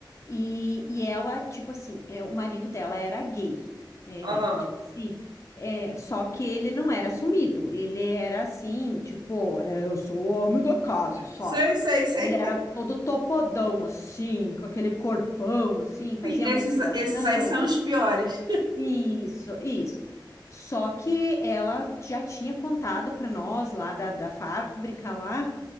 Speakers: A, on the left; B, on the right.
A: E, e ela, tipo assim, é, o marido dela era gay. É,
B: Aham.
A: tipo assim, é, só que ele não era assumido. Ele era assim, tipo, é, eu sou o homem da casa, sabe?
B: Sei, sei, sei.
A: Ele era todo topodão, assim, com aquele corpão, assim,
B: <laughs>
A: fazia
B: Sim, esses,
A: musculação.
B: esses aí são os piores.
A: Isso, isso. Só que ela já tinha contado para nós lá da, da fábrica lá